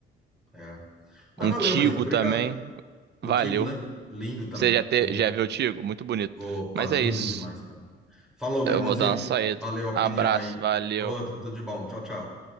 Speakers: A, in the centre; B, on the right.
A: É. Mas
B: Um
A: valeu,
B: Tigo
A: maninho. Obrigado.
B: também.
A: O
B: Valeu.
A: Tigo, né? Lindo também.
B: Você já, te,
A: Lindo.
B: já viu o Tigo? Muito bonito.
A: Opa,
B: Mas
A: lindo
B: é isso.
A: demais, cara. Falou, meu
B: Eu
A: irmãozinho.
B: vou dar uma saída.
A: Valeu a opinião
B: Abraço,
A: aí.
B: valeu.
A: Outro, tudo de bom. Tchau, tchau.